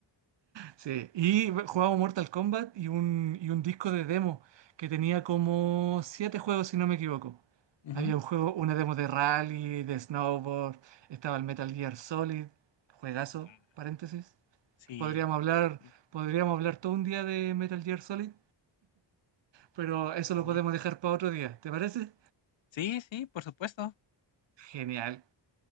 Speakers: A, on the right (about 75°); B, on the left (about 85°).
A: Sí, y jugaba Mortal Kombat y un, y un disco de demo que tenía como siete juegos, si no me equivoco.
B: Ujú.
A: Había un juego, una demo de rally, de snowboard, estaba el Metal Gear Solid, juegazo,
B: Ah,
A: paréntesis.
B: sí,
A: Podríamos
B: la-
A: hablar,
B: sí,
A: podríamos hablar todo un día de Metal Gear Solid, pero eso
B: vale.
A: lo podemos dejar para otro día, ¿te parece?
B: Sí, sí, por supuesto.
A: Genial.